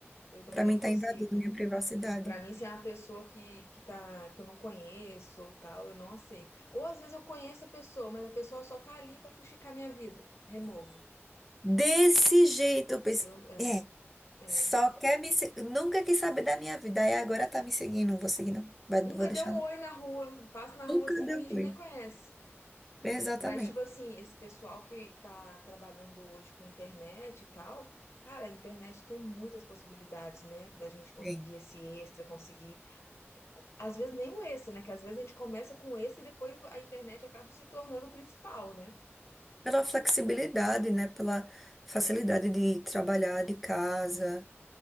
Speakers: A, on the left; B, in the centre.
A: Eu também
B: Pra mim
A: não consigo.
B: tá invadindo minha privacidade.
A: Tipo, pra mim, se é uma pessoa que, que tá, que eu não conheço ou tal, eu não aceito. Ou às vezes eu conheço a pessoa, mas a pessoa só tá ali pra fuxicar minha vida. Removo.
B: Desse jeito, eu penso.
A: Eu, é,
B: É.
A: é.
B: Só quer me se- Nunca quis saber da minha vida. Aí agora tá me seguindo. Não vou seguir, não. Vai-
A: Nunca
B: Vou deixar,
A: dei um
B: não.
A: oi na rua, passo na rua
B: Nunca
A: assim,
B: deu
A: finge que
B: oi.
A: nem conhece.
B: Exatamente.
A: É, mas, tipo assim, esse pessoal que tá trabalhando hoje com internet e tal, cara, a internet tem muitas possibilidades, né? Da gente conseguir
B: Sim.
A: esse extra, conseguir. Às vezes nem o extra, né? Que às vezes a gente começa com esse e depois a internet acaba se tornando o principal, né?
B: Pela flexibilidade, né? Pela facilidade de trabalhar de casa.